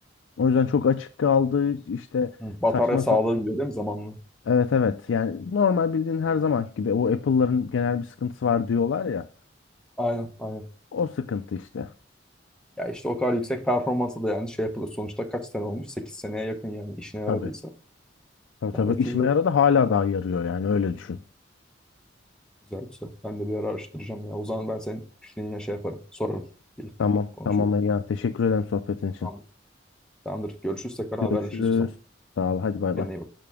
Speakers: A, on the left (about 80°); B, in the centre.
A: O yüzden çok açık kaldı işte
B: Hı. Batarya
A: saçma
B: sağlığı
A: sa-
B: gidiyor değil mi zamanla?
A: evet evet yani normal bildiğin her zaman gibi o Apple'ların genel bir sıkıntısı var diyorlar ya.
B: Aynen aynen.
A: O sıkıntı işte.
B: Ya işte o kadar yüksek performansa da yani şey yapılır. Sonuçta kaç sene olmuş? 8 seneye yakın yani işine yaradıysa.
A: Tabii. Tabii
B: Gayet
A: tabii işime
B: iyi ya.
A: yaradı hala daha yarıyor yani öyle düşün.
B: Güzel güzel. Ben de bir ara araştıracağım ya. O zaman ben senin fikrini yine şey yaparım. Sorarım. Gelip
A: Tamam
B: konuşuruz.
A: tamam Ergen teşekkür ederim sohbetin için.
B: Tamamdır. Tamamdır. Görüşürüz. Tekrar
A: Görüşürüz.
B: haberleşiriz o zaman.
A: Sağ ol hadi bay
B: Kendine
A: bay.
B: iyi bak.